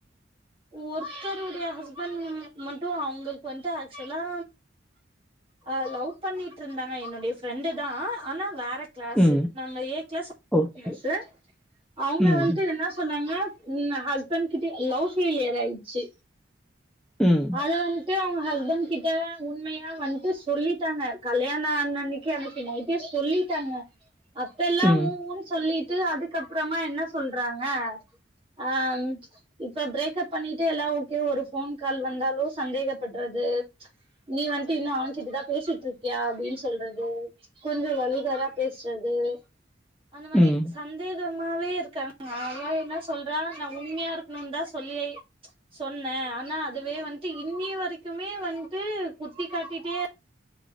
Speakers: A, on the right; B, in the centre.
A: ஒருத்தருடைய ஹஸ்பண்ட் மட்டு அவுங்களுக்கு வந்துட்டு ஆக்சுவலா அ லவ் பண்ணிட் இருந்தாங்க என்னுடைய ஃப்ரெண்டு தா ஆனா வேற கிளாசு
B: ம்.
A: நாங்க ஏ கிளாஸ்
B: ஓகே.
A: கிளாஸ்சு அவுங்க
B: ம்,
A: வந்துட்டு என்ன சொன்னாங்க ம் ஹஸ்பண்ட் கிட்ட லவ் ஃபெயிலியர் ஆயிச்சு
B: ம்
A: அத வந்ட்டு அவுங்க ஹஸ்பண்ட் கிட்ட உண்மையா வந்ட்டு சொல்லிட்டாங்க கல்யாண அண்ணைக் கே அன்னைக்கு நைட்டே சொல்லிட்டாங்க அப்பெல்லா
B: ம்,
A: உ உன் சொல்லிட்டு அதுக்கப் பறமா என்ன சொல்றாங்க அ இப்ப பிரேக்ப் பண்ணட்டு எல்லா ஓகே ஒரு போன் கால் வந்தாலோ சந்தேகப்பட்றது நீ வந்ட்டு இன்னு அவன் கிட்ட தா பேசிட்ருக்கியா அப்டின் சொல்றது கொஞ்ச வல்கரா பேசுறது அந்த மாரி
B: ம்,
A: சந்தேக மாவே இருக்காங்க அவ என்ன சொல்றா நா உண்மையா இருக்ணுன் தா சொல்லியே சொன்ன ஆனா அதுவே வந்ட்டு இன்னி வரைக்குமே வந்ட்டு குத்தி காட்டிட்டே